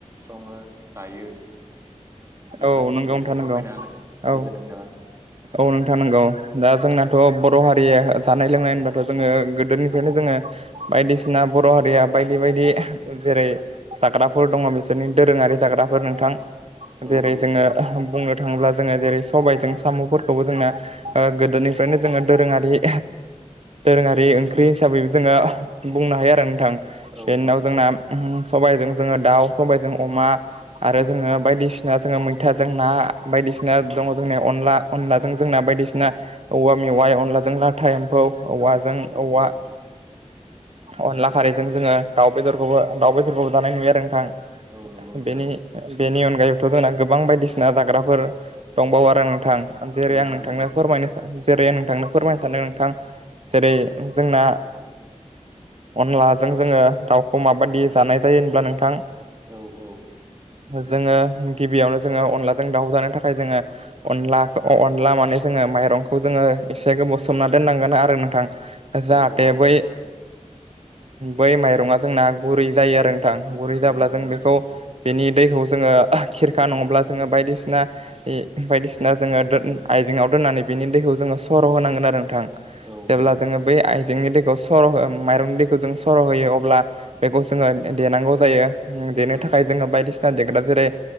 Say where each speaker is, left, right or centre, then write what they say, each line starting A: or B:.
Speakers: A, on the right; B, on the right.
A: सङो जायो बेफोरनि
B: औ नंगौ
A: सायाव
B: नोंथां
A: एसे
B: नंगौ
A: फोरमायना होनो होदो
B: औ
A: नोंथाङा
B: औ नोंथां नंगौ दा जोंनाथ
A: औ
B: बर हारिया जानाय लोंनाय होनबा जोङो गोदोनिफ्रायनो जोङो बायदिसिना बर हारिया बायदि बायदि जेरै जाग्राफोर दङ बिसोरनि दोरोङारि जाग्राफोर नोंथां
A: औ
B: जेरै
A: औ
B: जोङो बुंनो थाङोब्ला जोङो जेरै सबायजों सामफोरखौबो जोंना गोदोनिफ्रायनो जोङो दोरोङारि दोरोङारि ओंख्रि हिसाबैबो जोङो बुंनो हायो आरो नोंथां।
A: औ
B: बेनि उनाव
A: औ
B: जोंना सबायजों जोङो दाउ सबायजों अमा आरो
A: औ
B: जोङो बायदिसिना जोङो मैथाजों ना बायदिसिना दङ
A: औ
B: जोंनिया अनला अनलाजों जोंना बायदिसिना औवा मेवाइ अनलाजों लाथा औ औवाजों औवा
A: औ
B: अनला
A: औ
B: खारैजों
A: औ
B: जोङो दाउ बेदरखौबो दाउ बेदरखौबो जानाय नुयो आरो नोंथां।
A: औ नंगौ नोंथां।
B: बेनि बेनि अनगायैबोथ जोंना गोबां बायदिसिना जाग्राफोर दंबावो आरो। नोंथां जेरै
A: औ
B: आं नोंथांनो
A: औ
B: फोरमायनो सान जेरै नोंथांनो फोरमायनो सानदों नोंथां जेरै जोंना अनलाजों जोङो दाउ खौ माबायदि जानाय जायो होनब्ला नोंथां
A: औ औ
B: जोङो गिबियावनो जोङो अनलाजों दाउ जानो थाखाय जोङो अनला अनला माने जोङो माइरंखौ जोङो एसे गोबाव सोमना दोननांगोन आरो नोंथां
A: औ
B: जाहाथे
A: औ
B: बै बै माइरङा जोंना गुरै जायो आरो गुरै
A: औ
B: जाब्ला
A: नंगौ
B: जों
A: नोंथां
B: बेखौ बेनि दैखौ जोङो खिरखा नङाब्ला जोङो बायदिसिना बायदिसिना जोङो आइजेंआव नानै बिनि दैखौ ज स होनांगोन आरो नोंथां
A: औ
B: जे
A: औ
B: जों बै आइजेंनि दैखौ माइरं दैखौ जों सर होयो अब्ला बेखौ जोङो देनांगौ जायो देनो
A: औ
B: थाखाय
A: औ
B: जोङो बायदिसिना देग्रा जेरै